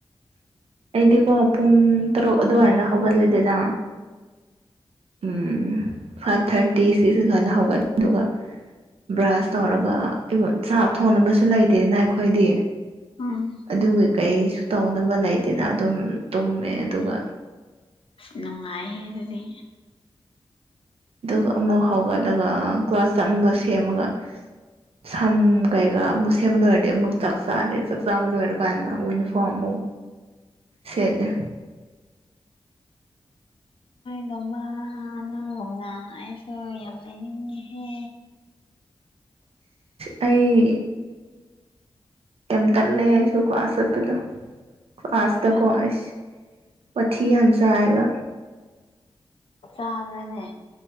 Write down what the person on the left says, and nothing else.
ꯎꯝ
ꯅꯨꯡꯉꯥꯏꯍꯦ ꯑꯗꯨꯗꯤ
ꯅꯨꯡꯉꯥꯏ <unintelligible> ꯅꯪꯒꯨꯝꯅ ꯑꯩꯁꯨ ꯌꯥꯝ ꯂꯩꯅꯤꯡꯉꯤꯍꯦ
ꯇꯟ
ꯆꯥꯕ꯭ꯔꯅꯦ